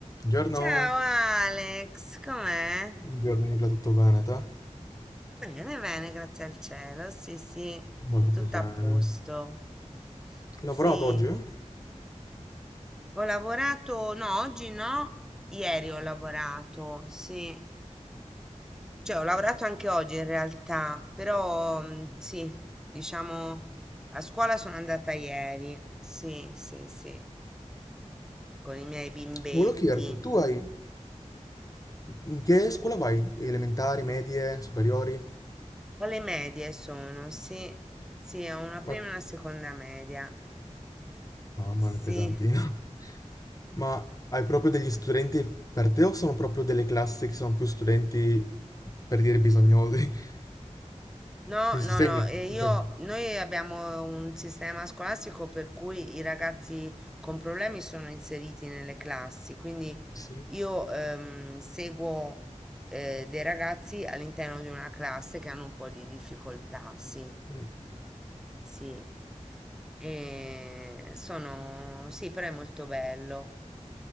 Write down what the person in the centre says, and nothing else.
Ciao Alex, com'è?
Bene, bene, grazie al cielo. Sì, sì,
tutto
a posto. Sì,
ho lavorato, no, oggi no, ieri ho lavorato, sì. Cioè, ho lavorato anche oggi in realtà, però mm, sì, diciamo, a scuola sono andata ieri, sì, sì, sì, con i miei bimbetti.
Alle medie sono, sì, sì, ho una prima
e una seconda media.
Sì,
no,
no, no, e io,
noi abbiamo un sistema scolastico per cui i ragazzi con problemi sono inseriti nelle classi, quindi
io ehm, seguo eh, dei ragazzi all'interno di una classe che hanno un po' di difficoltà, sì,
sì, e sono, sì, però è molto bello,